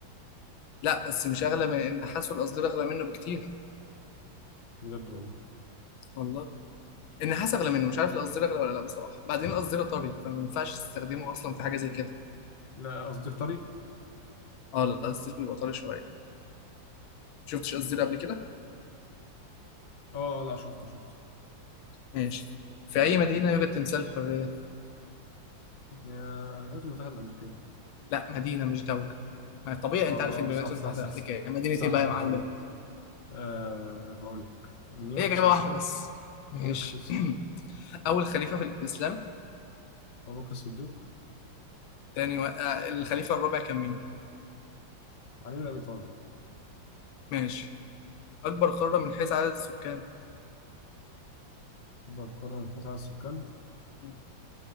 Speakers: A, on the left (about 85°); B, on the left (about 40°).
A: لا بس مش اغلى من النحاس والقصدير اغلى منه بكتير
B: بجد والله
A: والله النحاس اغلى منه مش عارف القصدير اغلى ولا لا بصراحة بعدين القصدير طري فما ينفعش تستخدمه اصلا في حاجة زي كده
B: لا قصدير طري
A: اه لا، القصدير بيبقى طري شوية شفتش قصدير قبل كده؟
B: اه لا شفته شفته
A: ماشي في اي مدينة يوجد تمثال الحرية؟
B: آه، الولايات المتحدة الأمريكية
A: لا مدينة مش دولة ما طبيعي
B: اه
A: انت عارف ان الولايات
B: اه صح
A: المتحده
B: صح صح
A: الامريكيه
B: صح
A: مدينه
B: صح,
A: ايه بقى
B: صح.
A: يا معلم
B: عندك. آه هقول لك نيويورك
A: هي جابه
B: سيتي
A: واحده بس ماشي
B: نيويورك سيتي
A: <clears throat> اول خليفه في الاسلام
B: أبو بكر الصديق
A: تاني و... آه، الخليفه الرابع كان مين
B: علي بن أبي طالب
A: ماشي اكبر قاره من حيث عدد السكان
B: بالقرن التاسع على السكان
A: مم.